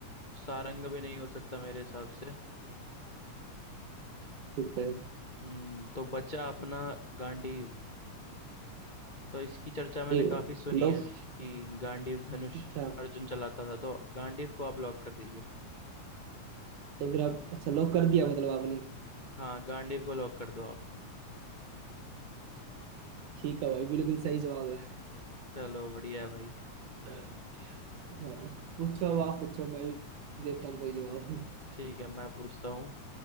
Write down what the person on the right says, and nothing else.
ठीक है
ए,
लॉक
अच्छा
तो फिर आप अच्छा लॉक कर दिया मतलब आपने
ठीक है भाई बिल्कुल सही जवाब है
हाँ, पूछो अब आप पूछो मैं भी देता
हूँ कोई जवाब